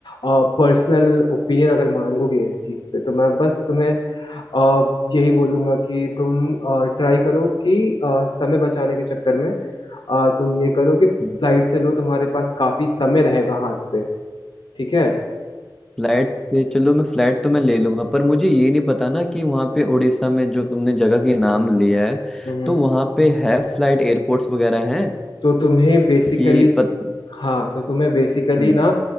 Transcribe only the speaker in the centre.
हम्म।
फ्लाइट से चलो मैं फ्लाइट तो मैं ले लूंगा पर मुझे ये नहीं पता ना कि वहाँ पे उड़ीसा में जो तुमने जगह की नाम लिया है
तो वहाँ पे है फ्लाइट एयरपोर्ट्स वगैरह हैं
कि पत
हम्म,